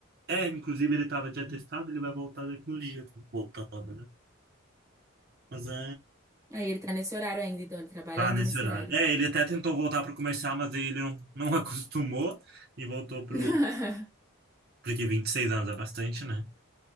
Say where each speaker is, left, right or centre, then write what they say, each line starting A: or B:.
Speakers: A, on the right; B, on the right.
A: É, inclusive ele tava de atestado, ele vai voltar daqui no dia. Voltar tava, né? Mas é...
B: Aí ele tá nesse horário ainda, então ele trabalha
A: Ah,
B: ainda
A: nesse
B: nesse
A: horário.
B: horário.
A: É, ele até tentou voltar pro comercial, mas aí ele não, não <laughs> acostumou e voltou pro.
B: <laughs>
A: Porque 26 anos é bastante, né?